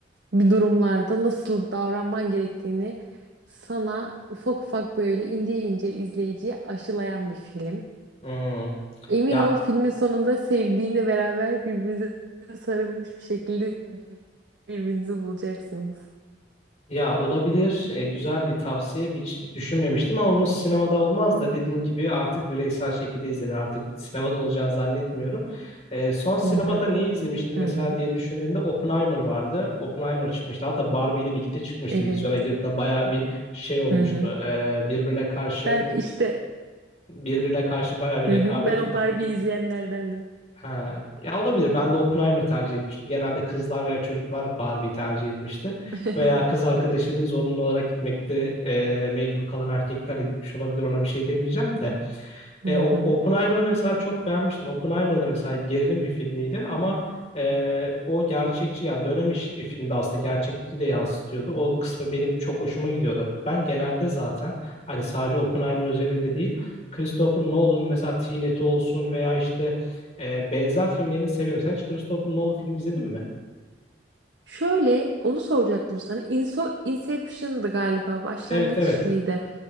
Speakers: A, on the right; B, on the left.
A: bir durumlarda nasıl davranman gerektiğini sana ufak ufak böyle ince ince izleyiciye aşılayan bir film.
B: Hmm.
A: Emin
B: Ya
A: ol filmin sonunda sevdiğinle beraber birbirinize sarılmış bir şekilde birbirinizi bulacaksınız.
B: Ya olabilir. E, güzel bir tavsiye. Hiç düşünmemiştim ama bunu sinemada olmaz da dediğin gibi artık bireysel şekilde izlenir. Artık sinemada olacağını zannetmiyorum. E, son sinemada
A: Hı hı.
B: neyi izlemiştim
A: Hı
B: mesela
A: hı.
B: diye düşündüğümde Oppenheimer vardı. Oppenheimer çıkmıştı. Hatta Barbie ile birlikte çıkmıştı.
A: Evet.
B: Vizyona girdiğinde bayağı bir şey olmuştu.
A: Hı hı.
B: E, birbirine karşı
A: Ben işte
B: birbirine karşı bayağı bir
A: hı
B: rekabet
A: hı. Ben
B: tutmuş.
A: o Barbie izleyenlerdendim.
B: Ha, ya olabilir. Ben de Oppenheimer tercih etmiştim. Genelde kızlar veya çocuklar Barbie'yi tercih etmişti.
A: <laughs>
B: Veya kız arkadaşıyla zorunlu olarak gitmekte e, mecbur kalan erkekler de gitmiş olabilir. Ona bir şey demeyeceğim de. E,
A: Hı
B: O-
A: hı.
B: Oppenheimer'ı mesela çok beğenmiştim. Oppenheimer da mesela gerilim bir filmiydi ama e, o gerçekçi yani dönem işi bir filmdi aslında gerçekçiliği de yansıtıyordu. O kısmı benim çok hoşuma gidiyordu. Ben genelde zaten hani sadece Oppenheimer üzerinde değil Christopher Nolan'ın mesela Tenet'i olsun veya işte e, benzer filmlerini severim. Sen hiç Christopher Nolan filmi izledin mi?
A: Şöyle onu soracaktım sana. Inso Inception'dı galiba. Başlangıç
B: Evet evet.
A: mıydı?